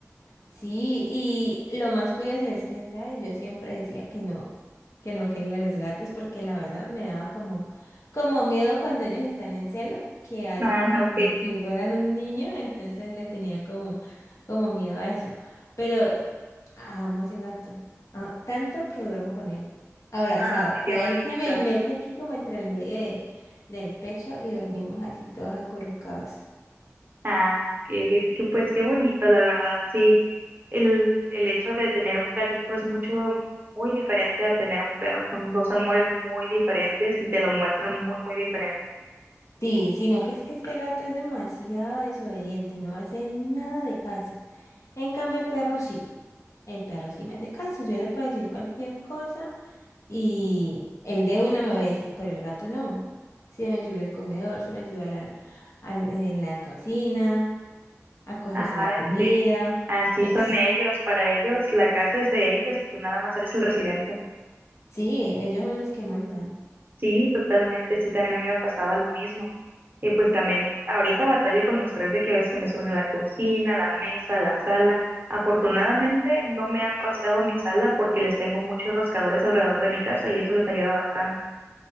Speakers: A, on the left; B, on the right.
A: Sí, y lo más curioso es que, ¿sabes? Yo siempre decía que no, que no quería los gatos porque la verdad me daba como, como miedo cuando ellos están en celo, que hacen
B: Ah,
A: como
B: <laughs> ok.
A: si fueran un niño, entonces le tenía como, como miedo a eso. Pero amo ese gato, ah, tanto que duermo con él, abrazado.
B: Ay,
A: O sea,
B: qué bonito.
A: él se me mete aquí como entre el medio de- del pecho y dormimos así todos acurrucados.
B: Ah, ok, ok, que- Pues qué bonito, la verdad. Sí, el, el hecho de tener un gatito es mucho, muy diferente a tener un perro. Son dos amores muy diferentes y te lo muestran muy, muy diferente.
A: Sí, sino que es que este gato es demasiado desobediente, no hace nada de caso. En cambio, el perro sí. El perro sí me hace caso. Yo le puedo decir cualquier cosa y el de una me obedece, pero el gato no. Se me subió al comedor, se me subió a la, al- en la cocina, a cogerse
B: Ah,
A: la comida.
B: sí. Así
A: Es,
B: son ellos, para ellos la casa es de ellos y tú nada más eres el residente.
A: sí, ellos son los que mandan.
B: Sí, totalmente, sí, también a mí me pasaba lo mismo. Y pues también ahorita batallo con los tres de que a veces se me suben a la cocina, a la mesa, a la sala. Afortunadamente no me han rasgado mi sala porque les tengo muchos rascadores alrededor de mi casa y eso les ayuda bastante.